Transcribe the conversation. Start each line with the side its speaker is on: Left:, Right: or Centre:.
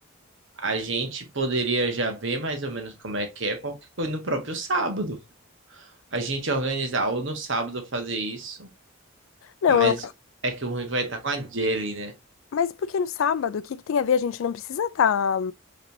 Right: a gente poderia já ver mais ou menos como é que é. Qualquer coisa no próprio sábado. A gente organizar ou no sábado fazer isso,
Left: Não,
Right: mas
Left: eu
Right: é que o ruim vai estar com a Jelly, né?
Left: Mas por que no sábado? O que que tem a ver? A gente não precisa estar